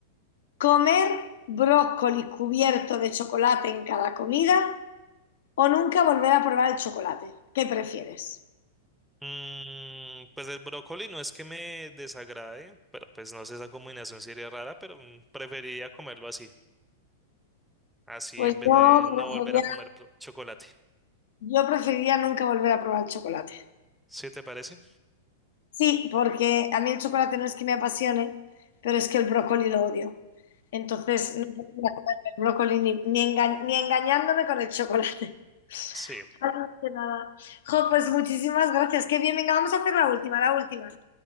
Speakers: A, on the left; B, in the centre.
A: comer brócoli cubierto de chocolate en cada comida o nunca volver a probar el chocolate. ¿Qué prefieres?
B: Mm, pues el brócoli no es que me desagrade, pero pues no sé, esa combinación sería rara, pero mm, preferiría comerlo así, así
A: Pues
B: en vez
A: yo
B: de no
A: preferiría,
B: volver a comer pro- chocolate.
A: yo preferiría nunca volver a probar el chocolate.
B: ¿Sí te parece?
A: Sí, porque a mí el chocolate no es que me apasione, pero es que el brócoli lo odio. Entonces no podría comerme el brócoli ni, ni enga- ni engañándome con el chocolate.
B: Sí,
A: <laughs> Así que nada. Jo, pues muchísimas gracias. Qué bien, venga, vamos a hacer la última, la última.